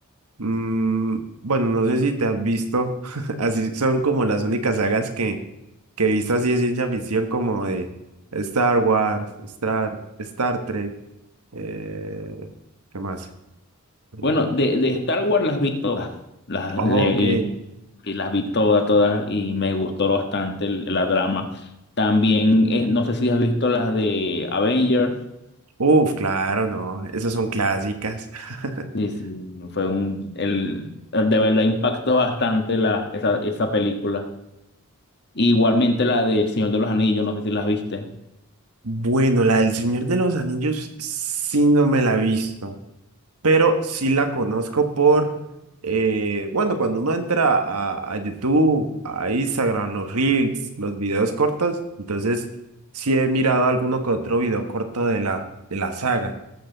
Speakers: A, on the right; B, on the left.
A: Mm, bueno, no sé si te has visto, <laughs> así son como las únicas sagas que, que he visto así de ciencia ficción, como de Star Wars, Star, Star Trek, eh, ¿qué más? Mm,
B: Bueno, de, de Star Wars las vi todas, las,
A: ok.
B: le- y, y las vi todas, todas, y me gustó bastante el- la drama. También, eh, no sé si has visto las de Avengers,
A: Uf, claro, no, esas son clásicas. <laughs>
B: sí, sí, fue un, el, de verdad impactó bastante la, esa, esa película. Igualmente la del Señor de los Anillos, no sé si las viste.
A: Bueno, la del Señor de los Anillos sí no me la he visto, pero sí la conozco por, eh, bueno, cuando uno entra a, a YouTube, a Instagram, los Reels, los videos cortos, entonces sí he mirado alguno que otro video corto de la, de la saga,